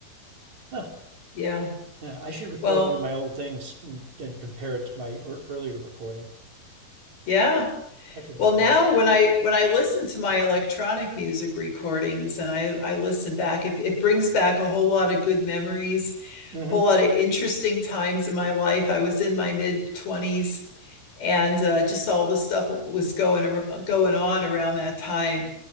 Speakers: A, on the right; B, on the left.
A: huh
B: Yeah.
A: yeah i should record
B: Well,
A: one of my old things and, and compare it to my earlier recording
B: yeah.
A: that could
B: Well,
A: be fun
B: now when I when I listen to my electronic music recordings and I I listen back, it, it brings back a whole lot of good memories,
A: mm
B: a
A: hmm
B: whole lot of interesting times in my life. I was in my mid 20s and uh, just all the stuff was going going on around that time.